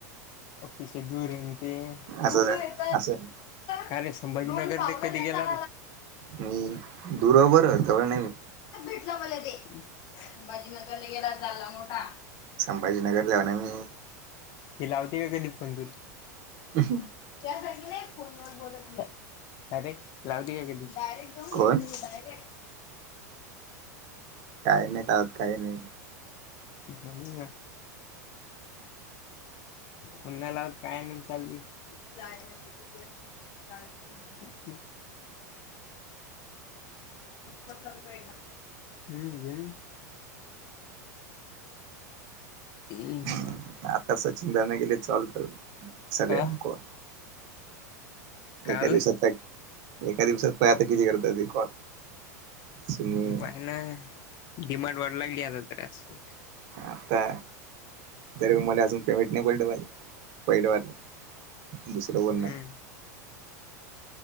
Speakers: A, on the left; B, on the right.
A: पिसे दुर येन ते दूर
B: असं
A: येत.
B: असं
A: काय रे संभाजीनगर ले कधी गेला?
B: मी दुर हो बरं जवळ नाही मी.
A: भ ते भाजी नगरला गेला झालला मोठा.
B: संभाजीनगरला हौ ना मी.
A: ती लावते का कधी फोन तुला?
B: ह.
A: त्याचचले फोन वर बोलत मी का रे लावती का कधी डायरेक्ट जाऊन
B: कोण
A: भेटतो मी डायरेक्ट
B: काय माहित आज काही नाही
A: नाही पुन्हाला काय आणायला चालली जाय ना तू तुया काम कर ह हम्म अम्मह
B: ह् आता सचिन दा नाही गेले तर चालत सगळ्यांकोआ
A: अ काय
B: एका
A: म्हणला
B: दिवसात प एका दिवसात प आता किती करतात हे कॉल तुम्ही
A: पाय ना डिमांड वढाय लागली आता जराशी एक
B: आता तर मला अजून पेमेंट नाही पडल पाहिले पहिलं वाटल दुसरं बोलण
A: हम्म